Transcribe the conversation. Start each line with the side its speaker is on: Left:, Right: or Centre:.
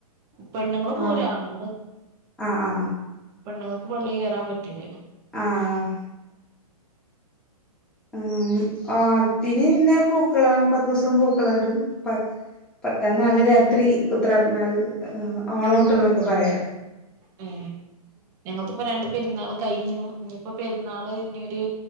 Right: പെണ്ണുങ്ങള് പോവൂല
Centre: ആ
Right: ആണ്ങ്ങള്
Centre: ആ ആ
Right: പെണ്ണ്ങ്ങൾക്ക് പള്ളി കേറാൻ പറ്റുല ല്ലോ
Centre: ആഹ് ഉം ഓണത്തിന് പിന്നെ പൂക്കള പത്തുസം പൂക്കള ഇടും പത്താം ന്നാള് രാത്രി ഉത്രടംന്നാള് ഓണ ഔട്ട് എന്നൊക്കെ പറയാ
Right: ഉം ഞങ്ങള്ത് ഇപ്പോ രണ്ട് പെരുന്നാള് കഴിഞ്ഞു ഇഞ്ഞിപ്പോ പെരുന്നാള് ഇഞ്ഞി ഒര്